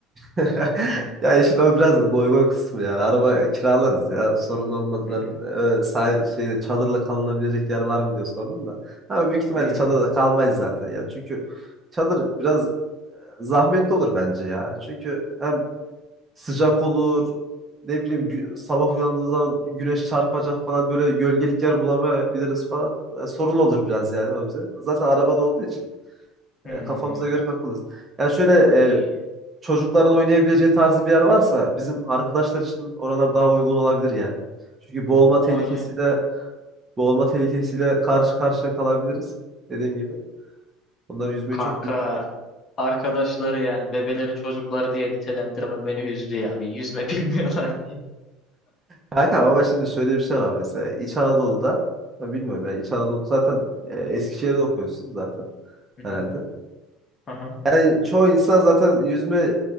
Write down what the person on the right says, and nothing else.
<laughs> Ya işin o biraz goy goy kısmı yani. Araba kiralarız ya. Sorun olmaz.
Ben
e, sah- şeyde çadırla kalınabilecek yer var mı diye sordum da. Ama büyük ihtimalle
çadırda kalmayız zaten yani. Çünkü çadır biraz zahmetli olur bence ya. Çünkü hem sıcak olur. Ne bileyim gü- sabah uyandığı zaman güneş çarpacak falan böyle gölgelik yer bulamayabiliriz falan. E, sorun olur biraz yani o bize. Zaten arabada olduğu için
e, kafamıza göre kalkarız. Yani şöyle e,
çocukların oynayabileceği tarzı bir yer varsa bizim arkadaşlar için oralar daha uygun olabilir yani. Çünkü boğulma
tehlikesiyle boğulma tehlikesiyle karşı karşıya kalabiliriz. Dediğim gibi. Onlar yüzmeyi
çok bilmiyorlar.
Kanka ama şimdi şöyle bir şey var mesela. İç Anadolu'da tabii bilmiyorum yani İç Anadolu zaten e, Eskişehir'de okuyorsun zaten
herhalde.
Yani çoğu insan zaten yüzme